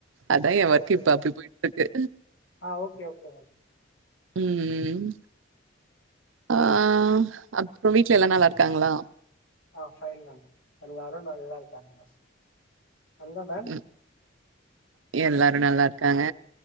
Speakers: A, on the right; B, on the left.
A: அதா எ
B: சரி
A: ஒர்க்கு
B: சரி
A: இப்ப அப்டி போயிட்டு இருக்கு
B: ஆ ஓகே ஓகே மேம்
A: ம் ஆ
B: மேம்
A: அப்புறோ வீட்ல எல்லா நல்லா இருக்காங்களா
B: ஆ ஃபைன் மேம் எல்லாரும் நல்ல இருக்காங்க மேம் அதுதான் மேம்
A: ம் எல்லாரும் நல்ல இருக்காங்க